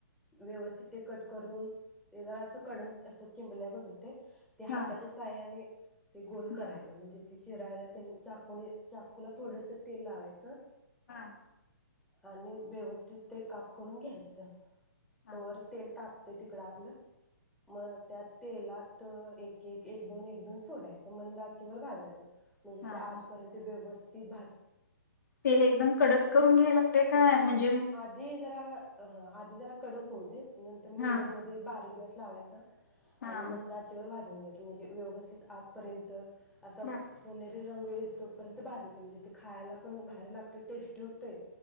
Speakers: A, in the centre; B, on the left.
A: व्यवस्थित ते कट करून ते जरा असं कडण अस चिंबल्यागत होतय त्या हाताच्या
B: हां
A: साहाय्याने ते गोल
B: बरं
A: करायचा म्हणजे ते चिरायला तेन चाकूनी चाकूला थोडसे तेल तेल लावायचं
B: हा
A: आणि व्यवस्थित ते काप करून घ्यायचं
B: हां
A: तोवर तेल ताप ते तिकडं आपलं मग त्या तेलात तर एक एक दोन एक दोन सोडायचं मंद आचीवर भाजायचं म्हणजे
B: हां
A: त्या आतपर्यंत व्यवस्थित भाज
B: तेल एकदम कडक करून घ्यायला ते काय म्हंजे
A: आधी जरा हा आधी जरा कडक होऊ दे नंतर
B: हां
A: मिडीयम मध्ये बारीक गॅस लावायचा
B: हां
A: आणि मंद आचेवर भाजून जमलेत म्हणजे व्यवस्थित आतपर्यंत आसा
B: बर
A: सोनेरी रंग येईस तोपर्यंत भाजायच म्हणजे ते खायला पण भारी लाग ते टेस्टी होते